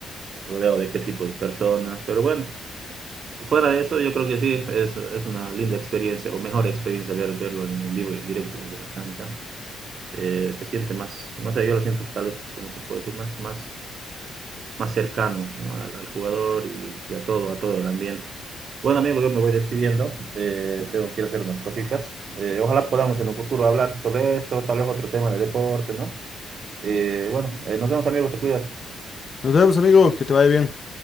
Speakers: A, on the right; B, on the left.
A: rodeado de qué tipo de personas. Pero bueno, fuera de eso, yo creo que sí, es, es una linda experiencia, o mejor experiencia ver, verlo en, en vivo y en directo desde la cancha. Eh, se siente más, no sé, yo lo siento tal vez, como te puedo decir, más, más, más cercano ¿no? al, al, jugador y, y, a todo, a todo el ambiente. Bueno, amigo, yo me voy despidiendo. Eh, tengo que ir a hacer unas cositas. Eh, ojalá podamos en un futuro hablar sobre esto, tal vez otro tema de deporte, ¿no? Eh, bueno, eh, nos vemos, amigo, te cuidas.
B: Nos vemos, amigo, que te vaya bien.